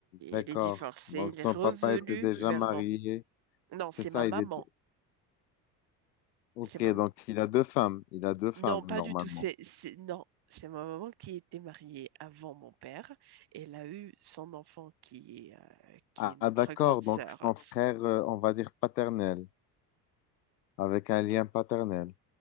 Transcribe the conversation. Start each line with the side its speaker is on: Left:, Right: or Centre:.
Left: D'accord.
Right: elle est divorcée,
Left: Donc,
Right: elle est
Left: ton
Right: revenue
Left: papa était déjà
Right: vers
Left: marié.
Right: mon... Non,
Left: C'est
Right: c'est
Left: ça,
Right: ma maman.
Left: il était Ok,
Right: C'est ma
Left: donc il a deux femmes. Il a deux femmes,
Right: Non, pas
Left: normalement.
Right: du tout. C'est, c'est, non, c'est ma maman qui était mariée avant mon père. Elle a eu son enfant qui est, euh, qui
Left: Ah,
Right: est notre
Left: ah, d'accord,
Right: grande sœur.
Left: donc c'est ton frère, euh, on va dire paternel, avec un lien paternel,